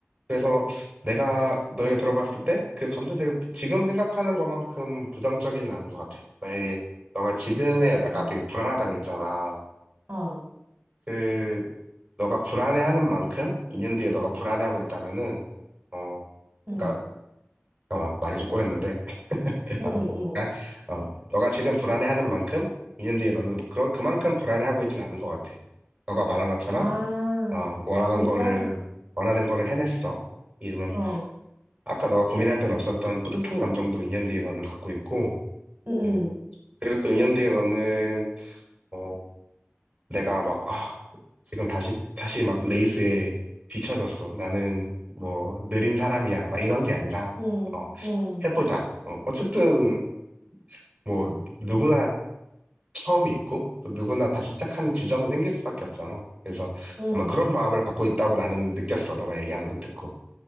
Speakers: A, on the right; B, on the right.
A: 그래서 내가 너에게 들어봤을 때 그 감정 되게 지금 생각하는 것만큼 부정적이진 않은 것 같아. 만약에 너가 지금에 아까
B: 아,
A: 되게 불안하다고 했잖아.
B: 어,
A: 그 너가 불안해하는 만큼 2년 뒤에 너가 불안해하고 있다면은 어,
B: 응,
A: 그러니까 어, 말이 좀 꼬였는데, <laughs>
B: 응,
A: 어,
B: 응, 응.
A: 아, 어, 너가 지금 불안해하는 만큼 2년 뒤에 너는 그런, 그만큼 불안해하고 있진 않은 것 같아. 너가 말한 것처럼,
B: 아,
A: 어, 원하던
B: 진짜?
A: 거를, 원하는 거를 해냈어. 이러면,
B: 어,
A: 아까 너가 고민할 때는 없었던 뿌듯한 감정도 2년 뒤에 너는 갖고 있고,
B: 응, 응,
A: 음, 그리고 또 2년 뒤에 너는, 어, 내가 막, 아, 지금 다시, 다시 막 레이스에 뒤처졌어. 나는 뭐, 느린 사람이야. 막 이런 게 아니라,
B: 응,
A: 어,
B: 응,
A: 해보자. 어, 어쨌든 뭐 누구나 처음이 있고 또 누구나 다시 시작하는 지점은 생길 수밖에 없잖아. 그래서
B: 응.
A: 아마 그런 마음을 갖고 있다고 나는 느꼈어. 너가 얘기하는 걸 듣고.